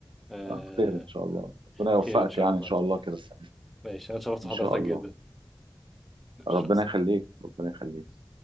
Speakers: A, in the centre; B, on the right.
A: آه،
B: آه خير ان شاء الله ربنا يوفقك
A: خير ان شاء
B: يعني
A: الله
B: ان شاء الله كده السنه دي.
A: ماشي انا شرفت
B: ان
A: حضرتك
B: شاء الله
A: جدا ماشي،
B: ربنا
A: مع السلامة.
B: يخليك ربنا يخليك